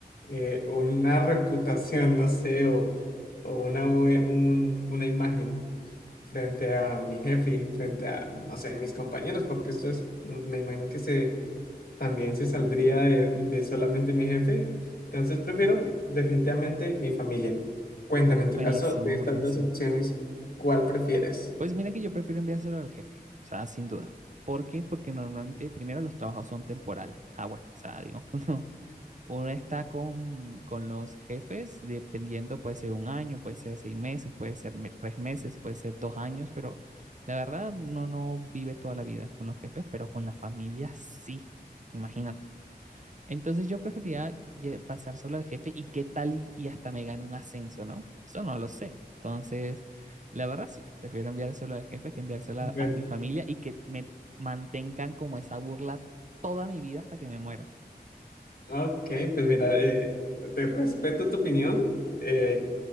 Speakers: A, on the left; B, on the right.
A: eh, una reputación, no sé, o, o una, bue- un- una imagen frente a mi jefe, frente a, no sé, mis compañeros, porque esto es, me imagino que se, también se saldría de, de solamente mi jefe, entonces prefiero definitivamente mi familia. Cuéntame, en tu
B: Buenísimo,
A: caso, de estas
B: buenísimo.
A: dos opciones, ¿cuál prefieres?
B: Pues mira que yo prefiero enviárselo al jefe, o sea, sin duda. ¿Por qué? Porque normalmente primero los trabajos son temporales, Howard. O sea, digamos que uno, uno está con, con los jefes dependiendo, puede ser un año, puede ser seis meses, puede ser me- tres meses, puede ser dos años, pero la verdad uno no vive toda la vida con los jefes, pero con la familia sí, imagínate. Entonces yo preferiría lle- pasárselo al jefe y qué tal y, y hasta me gane un ascenso, ¿no? Eso no lo sé. Entonces, la verdad sí, prefiero enviárselo al jefe que enviárselo
A: Bueno,
B: a, a mi familia y que me mantengan como esa burla toda mi vida hasta que me muera.
A: Ah, Ok, pues mira, eh, de respeto tu opinión, eh,